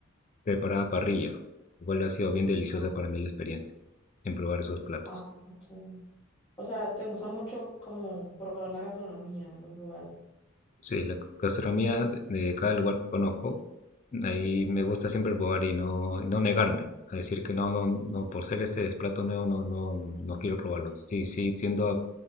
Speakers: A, on the left; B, on the left.
A: preparada a parrilla. Igual ha sido bien deliciosa
B: Ah,
A: para mí la experiencia en probar esos platos.
B: ah, ok. O sea, te gusta mucho como probar la gastronomía, los lugares.
A: Sí, la gastronomía de cada lugar que conozco, ahí me gusta siempre probar y no, no negarme a decir que no, no, no, por ser este plato nuevo no, no, no quiero probarlo. Sí, sí, tiendo a,